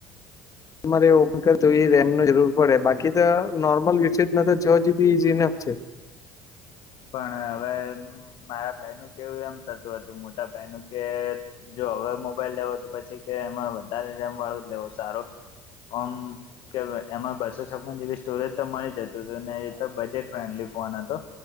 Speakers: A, on the left (about 35°); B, on the left (about 55°).
A: તમારે ઓમ કર એ રેમ ની જરૂર પડે બાકી તો નોર્મલ યુસેજમાં તો છ જીબી ઇઝીનફ છે
B: પણ હવે મારા ભાઈ નું કેવું એમ થતું હતું મોટા ભાઈ નું કે જો હવે મોબાઈલ લેવો તો પછી કે એમાં વધારે રેમ વાળો લેવો સારો ઓમ કે એમાં બસો છપ્પન જીબી સ્ટોરેજ તો મળી જતું હતું ને એ તો બજેટ ફ્રેન્ડલી ફોન હતો.